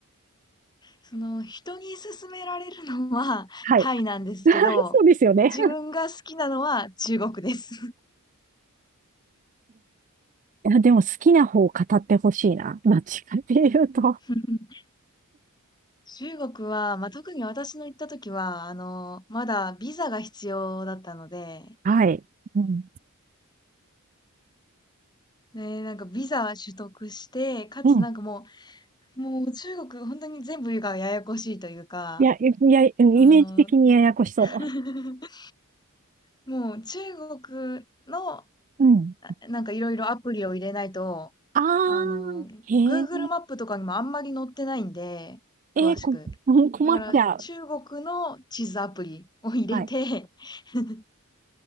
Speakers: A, on the left; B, on the right.
A: その、人に勧められるのはタイなんですけど、
B: はい。<laughs> そうですよね。
A: 自分が好きなのは中国です。
B: いや、でも好きな方を語ってほしいな。どっちかっていうと。
A: <laughs> 中国は、まあ、特に私の行った時は、あの、まだビザが必要だったので、
B: はい。うん。
A: ね、なんかビザ取得して、かつなんかも
B: うん。
A: う、もう中国本当に全部がややこしいというか、
B: いや、いや、イメージ的にややこしそ
A: あの、<laughs> もう中国の、あ
B: う。<laughs> うん。
A: なんかいろいろアプリを入れないと、
B: あー、
A: あの、
B: へえ。
A: Google マップとかにもあんまり載ってないんで、
B: えー、
A: 詳しく。
B: こ、<laughs> うん困っちゃう。
A: だから中国の地図アプリを入れて
B: はい。
A: <laughs>